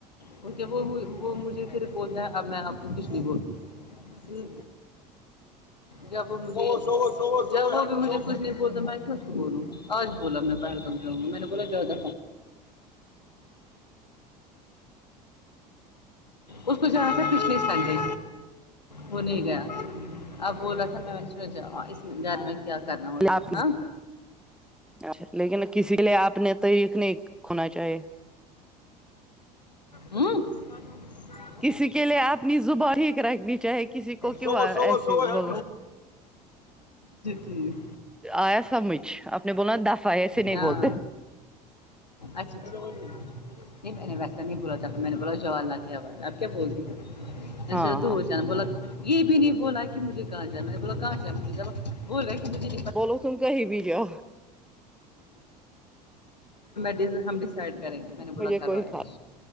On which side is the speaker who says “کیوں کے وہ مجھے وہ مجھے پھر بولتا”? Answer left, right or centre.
Left